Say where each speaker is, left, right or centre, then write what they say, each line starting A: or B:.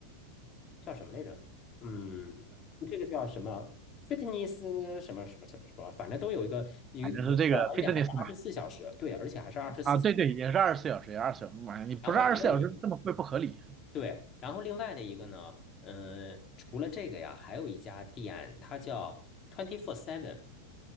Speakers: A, on the left; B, on the right.
A: 叫什么来着？嗯，这个叫什么？fitness 什么什么什么什么，反正都有一个有有一个，
B: 反正是这个
A: 而且还是二十四小时，
B: Fitness 嘛。
A: 对，而且还是二十四。
B: 啊，对对，也是二十四小时，也二十四小时。妈呀，你不是二十四小时这么贵不合理
A: 然后还有一个对，然后另外的一个呢，嗯、除了这个呀，还有一家店，它叫 Twenty Four Seven，